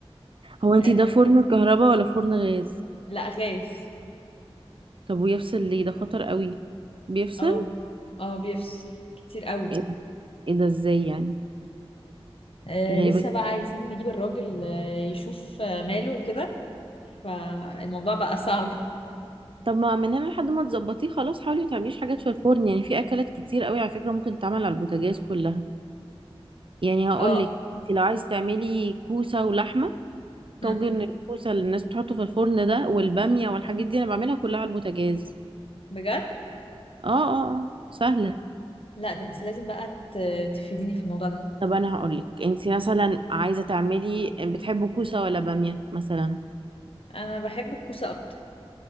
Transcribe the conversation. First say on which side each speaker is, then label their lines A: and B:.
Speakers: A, on the right; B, on the left.
A: هو انت
B: <laughs> آه،
A: ده فرن كهرباء ولا فرن غاز
B: لا غاز
A: طب ويفصل ليه ده خطر قوي بيفصل
B: اه اه بيفصل كتير قوي
A: ايه إيه ده ازاي يعني
B: آه،
A: غريبة
B: لسه بقى عايزين نجيب الراجل آه، يشوف آه، ماله وكده فالموضوع بقى صعب
A: طب ما من هنا لحد ما تظبطيه خلاص حاولي ما تعمليش حاجات في الفرن يعني في اكلات كتير قوي على فكره ممكن تتعمل على البوتاجاز كلها يعني هقول
B: اه
A: لك لو عايز تعملي كوسه ولحمه
B: هم،
A: طاجن الكوسه اللي الناس بتحطه في الفرن ده والباميه والحاجات دي انا بعملها كلها على البوتاجاز
B: بجد
A: اه اه اه سهله
B: لا ده انت لازم بقى ت- تفيديني في الموضوع ده
A: طب انا هقول لك انت مثلا عايزه تعملي بتحبوا كوسه ولا باميه مثلا
B: انا بحب الكوسة اكتر